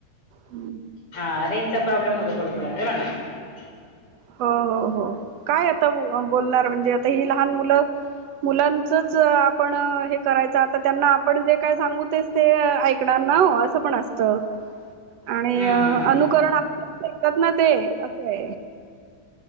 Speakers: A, on the right; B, on the left.
A: हम्म.
B: हा रेंजचा प्रॉब्लेम होत ो खळा बला ना <unintelligible>
A: हो, हो, हो. काय आता बोलणार म्हणजे आता ही लहान मुलं मुलांच आपण हे करायच आता त्यांना आपण जे काय सांगू तेस ते ऐकणार ना हो असं पण असत आणि
B: हम्म हम्म हम्म
A: अनुकरण
B: हम्म
A: आपल्या देतात ना ते असं आहे